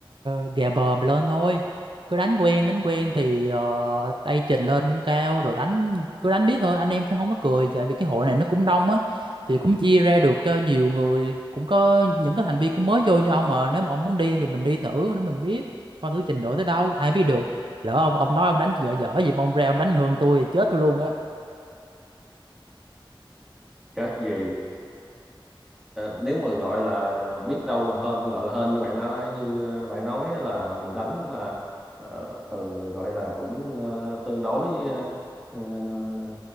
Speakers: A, on the right; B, in the centre.
A: uh, ghè bờ mà lên thôi. Cứ đánh quen, đánh quen thì ờ, tay trình lên cũng cao rồi đánh cứ đánh biết thôi, anh em cũng không có cười tại vì cái hội này nó cũng đông á thì cũng chia ra được cho nhiều người, cũng có những cái thành viên cũng mới vô như ông mà nếu mà ông muốn đi thì mình đi thử để mình biết coi thử trình độ tới đâu, ai biết được. Lỡ ông ông nói ông đánh dở dở gì mà ông ra ông đánh hơn tôi thì chết tôi luôn á. <laughs>
B: chết gì nếu mà gọi là biết đâu hên gọi là hên như bạn nói như ờ, bạn nói á là mình đánh mà ờ, ừ, gọi là cũng ờ, tương đối ờ, ờ,